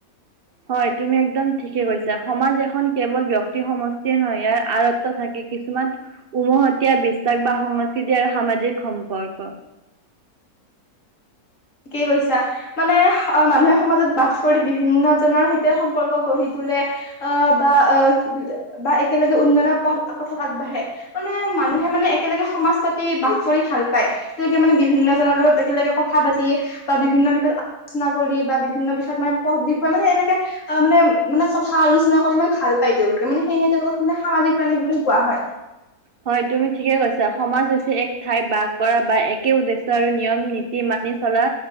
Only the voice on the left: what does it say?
কি কৈছা মানে মানুহে সমাজত বাস কৰি বিভিন্নজনৰ সৈতে সম্পৰ্ক গঢ়ি তোলে আহ বা আহ বা একেলগে উন্নয়নৰ পথ পথত আগবাঢ়ে মানে মানুহে মানে একেলগে সমাজ পাতি বাস কৰি ভাল পায় তেওঁলোকে মানে বিভিন্ন জনৰ লগত একেলগে কথা পাতি তী বা বিভিন্ন বিষয়ত আলোচনা কৰি বা বিভিন্ন বিষয়ত মানে পথ বিষয়ে মানে এনেকে মানে মানে কথা আলোচনা কৰি মানে ভাল পায় তেওঁলোকে মানে সেয়েহে তেওঁলোকক মানে সামাজিক প্ৰাণী বুলিও কোৱা হয়।